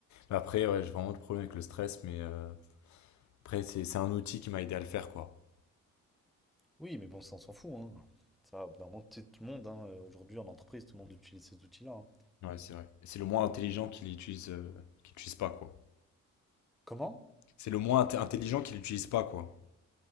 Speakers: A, on the left (about 70°); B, in the centre.
A: Mais après, ouais, j'ai vraiment le problème avec le stress, mais euh, après, c'est, c'est un outil qui m'a aidé à le faire, quoi.
B: Oui, mais bon, ça, on s'en fout, hein. Ça, au bout d'un moment, tu sais, tout le monde, hein, euh, aujourd'hui en entreprise, tout le monde utilise ces outils-là. hein.
A: Ouais, c'est vrai. C'est le moins intelligent qui l'utilise, euh, qui l'utilise pas, quoi.
B: Comment?
A: C'est le moins int- intelligent qui l'utilise pas, quoi.